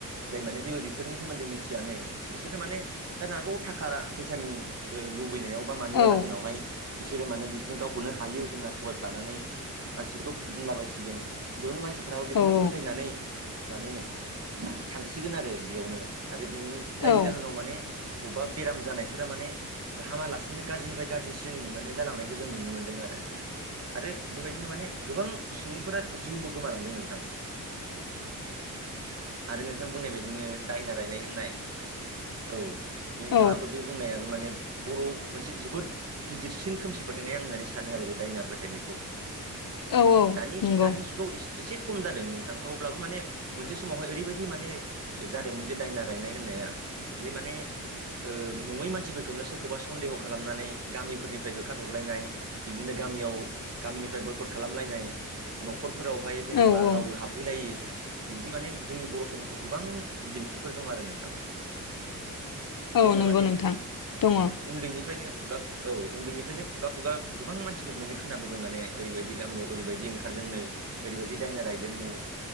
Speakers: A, on the right; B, on the left.
A: जाय माने जेबो बेफोरनि सोमोन्दै मिथियानो बिसोरो माने जानो हागौ थाखा फैसानि ओ लुबैनायाव बा मानिबा
B: औ
A: जाहोनावहाय बिसोरो माने बिसोर गावखौनो हायो होनना थगायफ्लानानै मानसिफोरखौ बुंलाबायसिगोन बेयावनो मानसिफ्राबो बेखौनो
B: औ
A: फोथायनानै माने थांसिगोन आरो बेयावनो आरो बिनि जायनि
B: औ
A: जाहोनाव माने बबेबा बेराम जानाय फोरा माने हामालासिनो गाज्रिनिफ्राय गाज्रिसिन माने जालांनायखौ जों नुनो मोन्दों आरो आरो बेबायदिनो माने गोबां सुबुंफोरा जिउबो गोमालांदों नोंथां <inaudible> आरो नोंथां बुंनाय बायदिनो दायना रायनाय होननाय औ बे नोंथाङाबो
B: औ औ
A: बे बुंनायाबो माने बर' मोनसे जोबोद गिदिरसिन खोमसि फोथायनाय आं होननानै सानो आरो बे दायना फोथायनायखौ।
B: औ
A: दानि
B: नंगौ
A: दानि जुगाव एसे एसे खम जादों नोंथां अब्लाबो माने मोनसे समावहाय ओरैबायदि माने जादोंमोन जे दायना रायनाय होननाया बे माने ओ नङै मानसिफोरखौनो सोरखौबा सन्देह खालामनानै गामिफोरनिफ्राय होखारहरलायनाय बिबदिनो गामियाव गामिनिफ्राय बयकट खालामलायनाय न'खरफोरावहाय जेनेबा
B: औ औ
A: रावबो हाबहैलायो बिब्दि माने जोंनि बर' समाव गोबां बिदिन्थिफोर दं आरो नोंथां जोङो
B: औ नंगौ
A: माने
B: नोंथां दङ।
A: उन्दैनिफ्रायनो खुगा औ उन्दैनिफ्रायनो खुगा खुगा गोबां मानसिफोर माने खोनाबोबाय माने ओरैबायदि गामियाव ओरैबायदि ओंखारदोंनो ओरैबायदि दायना रायदोंनो